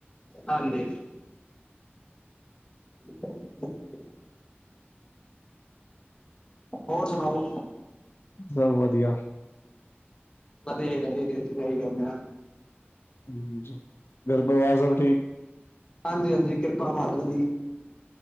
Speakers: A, on the left; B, on the left.
A: ਹਾਂਜੀ <inaudible> ਹੋਰ, ਸੁਣਾਓ?
B: ਸਭ ਵਧੀਆ
A: ਵਧੀਆ <unintelligible> ਕਮ ਆ।
B: ਹੁੰਦੀ, ਘਰ ਪਰਿਵਾਰ ਸਭ ਠੀਕ।
A: ਹਾਂਜੀ ਹਾਂਜੀ, ਕਿਰਪਾ ਮਾਲਕ ਦੀ।